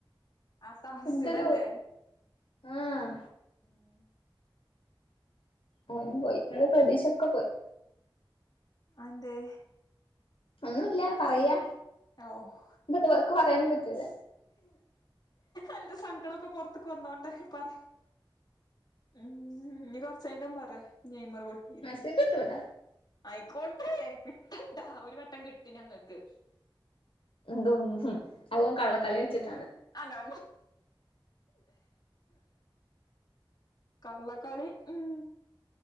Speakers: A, on the left; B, on the left.
A: ആ തഹസിലല്ലേ
B: എന്തൊരു ആഹ്.
A: ഉം
B: ഓനും പോയി ഇങ്ങടെ പ്രദീശ ഒക്കെ പോയി.
A: അതെന്തേ?
B: ഒന്നുല്ല പറയാ.
A: ഓഹ്.
B: ഇ തക്ക് പറയാനും പറ്റൂല്ല.
A: അന്റെ സങ്കടമൊക്കെ പോറത്ക്ക് വന്നോട്ടെ പറ ഉ ഇഞകൊ <unintelligible> പറയാ നെയ്മർ പൊട്ടീന്ന്
B: മെസ്സേ കിട്ടൂല.
A: ആയിക്കോട്ടെ കിട്ടണ്ട ഒരു വട്ടം കിട്ടി ഞങ്ങൾക്ക്.
B: തും അതും കള്ളക്കളി കളിച്ചിട്ടാണ്.
A: ആണോ. കള്ളക്കളി ഉം